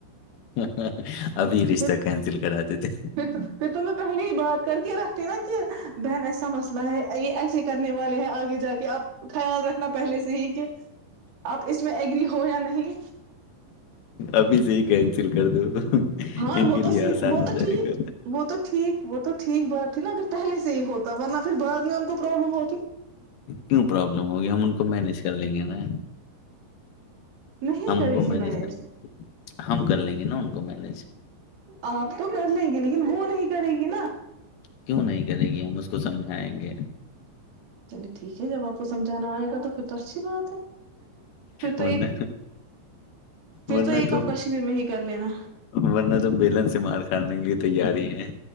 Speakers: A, on the left; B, on the right.
A: <unintelligible> ابھی رشتہ
B: پھر
A: کینسل کرا دی تھے
B: پھر تو پھر تو میں پہلے ہی بات کر کے رکھتی نا کہ بہن ایسا مسئلہ ہے یہ ایسے کرنے والے ہیں آگے جا کے آپ خیال رکھنا پہلے سے ہی کہ آپ اس میں ایگری ہو یا نہیں
A: ابھی صی کہیں سل کر دو
B: ہاں
A: ان
B: وہ
A: کے لیے
B: تو س
A: آسان
B: وہ
A: ہو
B: تو
A: جائے
B: ٹھیک
A: گا
B: وہ تو ٹھیک وہ تو ٹھیک بات نا اگر پہل سے ہی ہوتا ورنہ پھر بع میں ہم کو پرابلم ہوتی
A: کیوں پرابلم ہوگی ہم ان کو مینج کر لیں گے نا
B: نہیں
A: ہم
B: کری
A: ان کو
B: گی مینج
A: کر ہم کر لیں گے نا ان کو مینج
B: آپ تو کر لیں گے وہ نہیں کرے گی نا
A: کیوں نہیں کرے گی ہم اس کو سمجھائیں گے
B: چلیے ٹھیک ہے جب آپ کو سمجھانا آئے گا تو پھر تو اچھی بات ہے پھر تو
A: ورنہ
B: ایک پھر
A: ورنہ
B: ایک
A: تو
B: آپ کشمیر میں ہی کر لینا
A: ورنہ تو بیلن سے مار کھڑنے کے لیے تیار ہی ہے